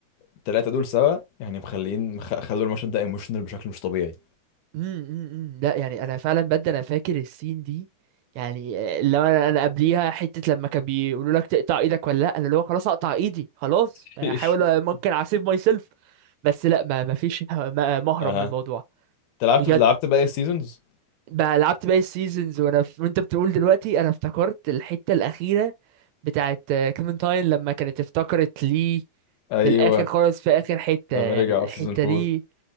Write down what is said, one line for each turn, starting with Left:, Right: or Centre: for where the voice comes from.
Left: التلاتة دول سوا يعني مخلين مخ... خلوا المشهد ده ايموشنال بشكل مش طبيعي
Right: امم لا يعني انا فعلا بجد انا فاكر السين دي يعني آه، لو انا انا قبليها حته لما كان بيقولوا لك تقطع ايدك ولا لا انا اللي هو خلاص اقطع ايدي خلاص
Left: <laughs>
Right: احاول آه، ممكن اسيف ماي سيلف بس لا ما ما فيش <laughs> ه- ما- مهرب
Left: اها
Right: من الموضوع
Left: انت لعبت
Right: بجد
Left: لعبت باقي السيزونز
Right: بقى لعبت باقي السيزونز وانا في... وانت بتقول دلوقتي انا افتكرت الحته الاخيره بتاعت آه، كليمنتاين لما كانت افتكرت ليه
Left: ايوه
Right: في الاخر خالص في اخر حته
Left: لما
Right: يعني
Left: رجع
Right: الحته
Left: في سيزون 4
Right: دي